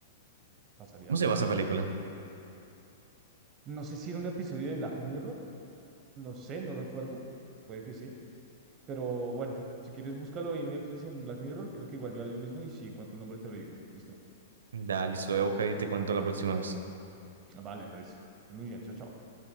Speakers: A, on the right; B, on the right.
A: pasaría
B: ¿Cómo
A: algo
B: se llama
A: así,
B: esa
A: yo
B: película?
A: creo. No sé si era un episodio de Black Mirror, no sé, no recuerdo, puede que sí, pero bueno, si quieres búscalo ahí en Netflix en Black Mirror, creo que igual yo haré lo mismo y si encuentro el nombre te lo digo, ¿listo?
B: Dale, se lo voy a buscar y te cuento la próxima vez.
A: Vale, Andrés, estés muy bien, chao, chao.